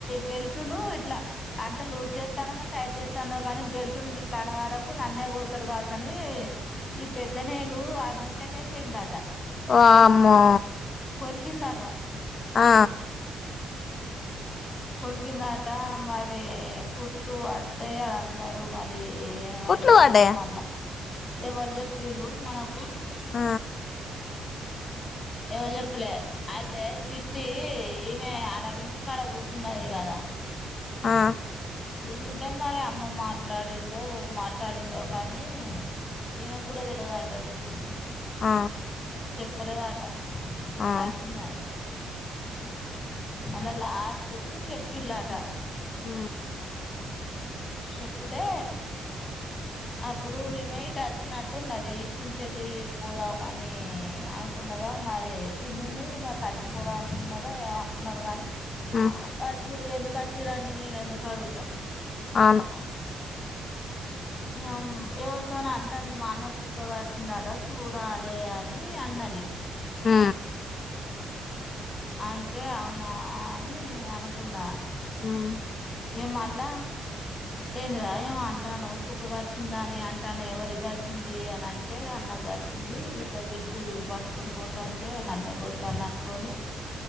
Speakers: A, on the left; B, on the left.
A: బెల్ట్ను ఇట్లా అంటే లూజ్ చేస్తానమో, టైట్ చేస్తానో కానీ బెల్ట్ ను ఇట్లా అనే వరకు నన్నే కొడతడు కావచ్చ అని. ఈ పెద్ద నేలు ఆ నూ ఇట్లా కాయి ఫయిందాటా,
B: ఓ అమ్మో
A: కొరికిందాట
B: ఆ
A: కొరికిందట మరి కుట్లు పడ్డాయని అన్నారు, మరి ఏమైందో
B: కుట్లు పడ్డయా
A: ఇగా మల్ల, ఎవరు చెప్పినారు, మనకు
B: ఆ
A: ఎవరు చెప్పులే అయితే చిట్టి, ఈమె అడ రింగు కాడ కుస్ సన్నది కదా,
B: ఆ
A: కూర్చుంటే మరి అమ్మ మాట్లాడిందో, ఎవరు మాట్లాడిండో కానీ, ఈమ గూడా తెలవదంట్ డు మీకు
B: ఆ
A: చెప్పలేదట
B: ఆ
A: కాార్షిన్ననేే అళ్ళ లాస్ట్ కు చెప్పిలాట
B: ఆ
A: చెప్తే అప్పుడు ఈమె ఇటు వచ్చినట్టున్నది ఇటి నుంచి వెళ్ళి పోదాం అని అనుకున్నదా మరి పిన్నన్న ఈమె కలిసిపోదాం అనుకున్నారు ఏమనుకున్నారు కాగాని
B: మ్మ్
A: వచ్చిరు ఎందుకా చిరాణ నీను అందుకు అడుగుతా
B: అవును
A: ఇక ఎవరితోనే అంటుంది మా అన్న కుక్క కరిసిందట చూడాలి అని అన్నది
B: ఆ
A: అంటే అవునా అని అనుకున్నా
B: మ్మ్
A: ఏ మా అలా ఏంద్రా ఏమ అంటాను కుక్క గడిచిందా అని అంటాను ఎవరి గడిచింది అని అంటే అన్న గడిరిచంది ఇట్లా బిల్టు పట్టుకొని పోతాంటే నన్నే కొడతాను అనుకొని